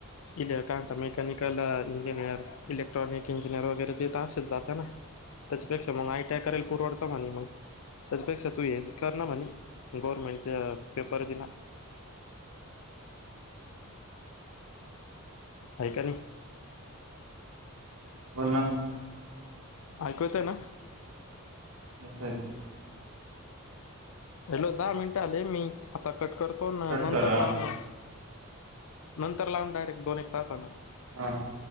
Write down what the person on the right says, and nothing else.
बोल ना.
<inaudible>
कट
करा
हा